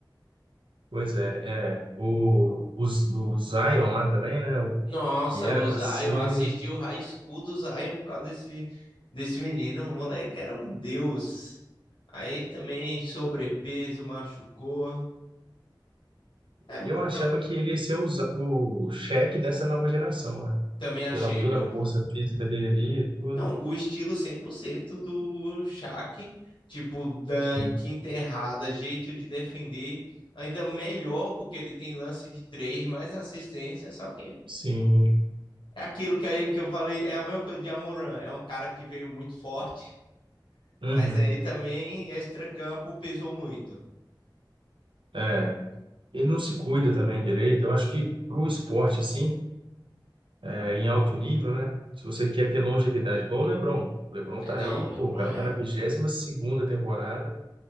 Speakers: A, on the right; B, on the left.
A: pois é. é. O, os- o Zion lá também, né? O,
B: Nossa,
A: que era
B: o
A: para
B: Zion,
A: ser.
B: eu assisti o High School do Zion por causa desse, desse menino. O moleque era um deus. Aí também sobrepeso, machucou. É,
A: Eu
B: o
A: achava
B: pro...
A: que ele ia ser o, Za- o cheque dessa nova geração, né?
B: também achei,
A: pela toda
B: viu?
A: a força física dele ali, e tudo.
B: Não, o estilo 100% do Shaq, tipo, dunk,
A: Sim,
B: enterrada, jeito de defender, ainda melhor porque ele tem lance de três, mais assistência, só que
A: sim.
B: é aquilo que, a- que eu falei, é a mesma coisa de Amoran, é um cara que veio muito forte,
A: Uhum.
B: Mas aí também extracampo pesou muito.
A: É. Ele não se cuida também direito. Eu acho que pro esporte, assim, é, em alto nível, né? Se você quer ter longevidade, igual o LeBron. O LeBron
B: É,
A: tá
B: Não,
A: aí,
B: o LeBron
A: pô, o cara
B: é
A: tá na vigésima segunda temporada